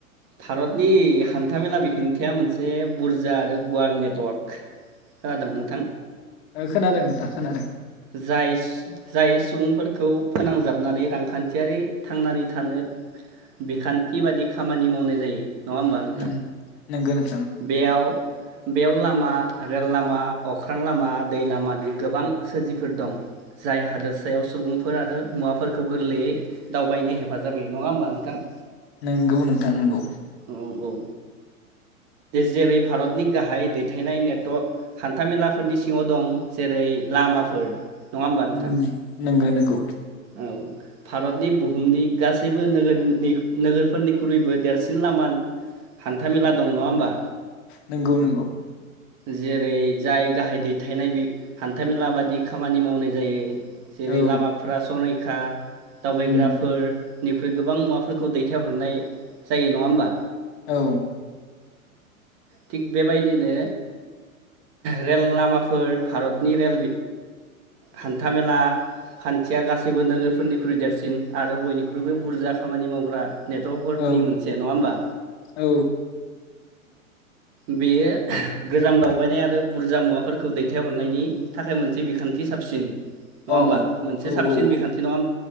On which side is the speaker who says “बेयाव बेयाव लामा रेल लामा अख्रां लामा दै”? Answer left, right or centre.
Right